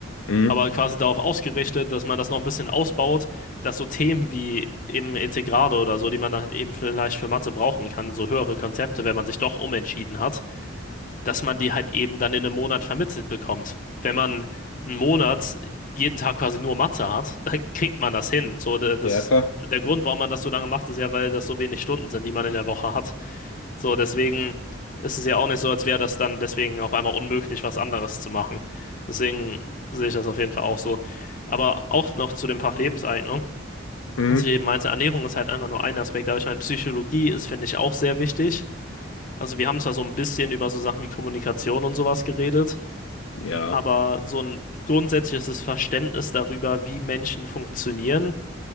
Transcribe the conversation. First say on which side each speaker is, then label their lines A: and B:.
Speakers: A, on the left (about 90°); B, on the left (about 40°).
A: Mhm.
B: aber quasi darauf ausgerichtet, dass man das noch ein bisschen ausbaut, dass so Themen wie eben Integrale oder so, die man dann eben vielleicht für Mathe brauchen kann, so höhere Konzepte, wenn man sich doch umentschieden hat, dass man die halt eben dann in einem Monat vermittelt bekommt. Wenn man einen Monat jeden Tag quasi nur Mathe hat, <laughs> dann kriegt man das hin. So, da- das,
A: Ja, klar.
B: der Grund, warum man das so lange macht, ist ja, weil das so wenig Stunden sind, die man in der Woche hat. So, deswegen ist es ja auch nicht so, als wäre das dann deswegen auf einmal unmöglich, was anderes zu machen. Deswegen sehe ich das auf jeden Fall auch so. Aber auch noch zu dem Fach Lebenseignung,
A: Mhm.
B: was ich eben meinte, Ernährung ist halt einfach nur ein Aspekt, aber ich meine, Psychologie ist, finde ich, auch sehr wichtig. Also wir haben zwar so ein bisschen über so Sachen wie Kommunikation und sowas geredet,
A: Ja.
B: aber so ein grundsätzliches Verständnis darüber, wie Menschen funktionieren,